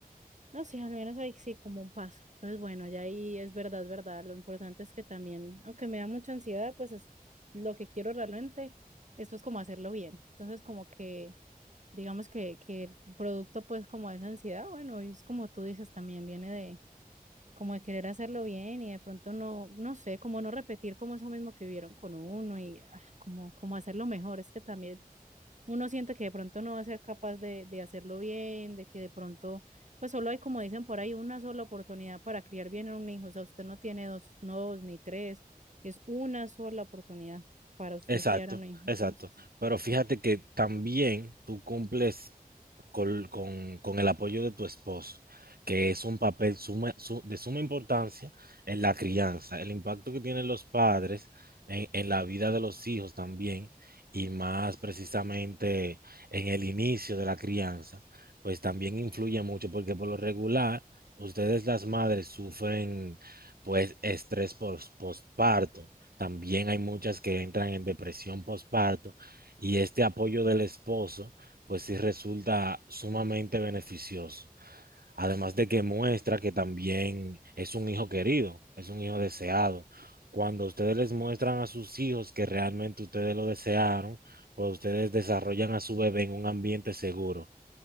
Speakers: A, on the right; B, on the right.
A: no sé, al menos ahí sí como un paso. Entonces, bueno, ya ahí es verdad, es verdad. Lo importante es que también, aunque me da mucha ansiedad, pues es lo que quiero realmente, esto es como hacerlo bien. Entonces, como que digamos que, que el producto pues como de esa ansiedad, bueno, es como tú dices, también viene de como de querer hacerlo bien y de pronto no, no sé, como no repetir como eso mismo que vivieron con uno y ah, como, como hacerlo mejor, es que también uno siente que de pronto no va a ser capaz de, de hacerlo bien, de que de pronto, pues solo hay como dicen por ahí, una sola oportunidad para criar bien a un hijo, o sea, usted no tiene dos, no dos ni tres, es una sola oportunidad para usted
B: Exacto,
A: criar a un hijo, entonces.
B: exacto. Pero fíjate que también tú cumples col- con, con el apoyo de tu esposo, que es un papel suma- su- de suma importancia en la crianza, el impacto que tienen los padres en, en la vida de los hijos también, y más precisamente en el inicio de la crianza, pues también influye mucho, porque por lo regular, ustedes las madres sufren pues estrés pos- postparto también hay muchas que entran en depresión postparto y este apoyo del esposo, pues sí resulta sumamente beneficioso. Además de que muestra que también es un hijo querido, es un hijo deseado. Cuando ustedes les muestran a sus hijos que realmente ustedes lo desearon, pues ustedes desarrollan a su bebé en un ambiente seguro